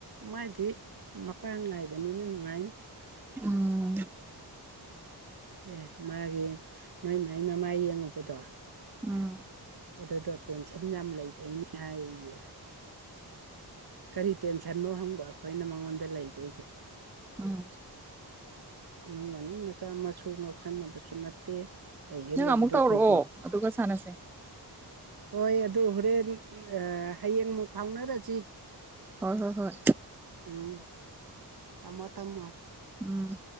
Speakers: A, on the right (about 60°); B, in the centre.
A: ꯃꯥꯗꯤ ꯃꯄꯥꯡ ꯉꯥꯏꯕꯅꯤꯅ ꯅꯨꯡꯉꯥꯏꯅꯤ
B: ꯎꯝ
A: ꯑꯦ ꯃꯥꯒꯤ ꯅꯣꯏ ꯃꯃꯥ ꯌꯦꯡꯉꯨꯕꯗꯣ
B: ꯎꯝ
A: ꯑꯗꯨꯗꯣ ꯇꯦꯟꯁꯟ ꯌꯥꯝ ꯂꯩꯕꯩꯅꯦ ꯍꯥꯏꯁꯦ ꯀꯔꯤ ꯇꯦꯟꯁꯟꯅꯣ ꯍꯪꯕ ꯑꯩꯈꯣꯏꯅ ꯃꯉꯣꯟꯗ ꯂꯩꯗꯣꯏꯁꯦ
B: ꯎꯝ
A: ꯏꯃꯨꯡ ꯃꯅꯨꯡ ꯃꯆꯥ ꯃꯁꯨ ꯉꯥꯎꯁꯟꯅꯕꯁꯨ ꯅꯠꯇꯦ ꯂꯩꯒꯦ
B: ꯅꯪ
A: ꯂꯩꯕꯗ
B: ꯑꯃꯨꯛ ꯇꯧꯔꯛꯑꯣ
A: ꯊꯣꯏꯕꯤ
B: ꯑꯗꯨꯒ ꯁꯥꯟꯅꯁꯦ
A: ꯍꯣꯏ ꯑꯗꯨ ꯍꯣꯔꯦꯟ ꯍꯌꯦꯡ ꯑꯃꯨꯛ ꯐꯥꯎꯅꯔꯁꯤ꯫
B: ꯍꯣꯏ ꯍꯣꯏ ꯍꯣꯏ꯫
A: ꯎꯝ ꯇꯝꯃꯣ ꯇꯝꯃꯣ꯫
B: ꯎꯝ꯫